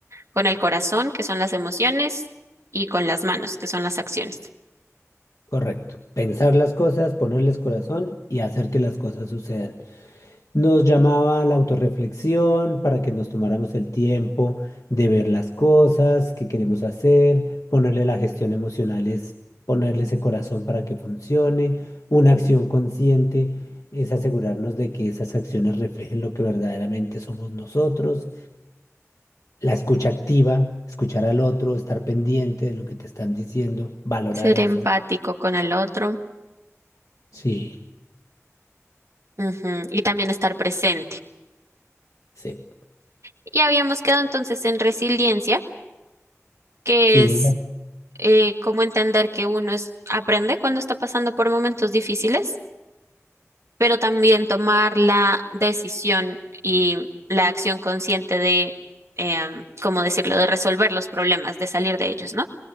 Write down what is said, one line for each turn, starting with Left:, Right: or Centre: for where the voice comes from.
Right: con el corazón, que son las emociones, y con las manos, que son las acciones.
Left: Correcto. Pensar las cosas, ponerles corazón y hacer que las cosas sucedan. Nos llamaba a la autorreflexión para que nos tomáramos el tiempo de ver las cosas que queremos hacer, ponerle la gestión emocional es ponerle ese corazón para que funcione. Una acción consciente es asegurarnos de que esas acciones reflejen lo que verdaderamente somos nosotros La escucha activa, escuchar al otro, estar pendiente de lo que te están diciendo, valorar
Right: Ser
Left: eso.
Right: empático con el otro,
Left: Sí,
Right: ujú, y también estar presente.
Left: sí,
Right: Y habíamos quedado entonces en resiliencia, que
Left: sí.
Right: es eh, como entender que uno es, aprende cuando está pasando por momentos difíciles, pero también tomar la decisión y la acción consciente de, em, ¿cómo decirlo?, de resolver los problemas, de salir de ellos, ¿no?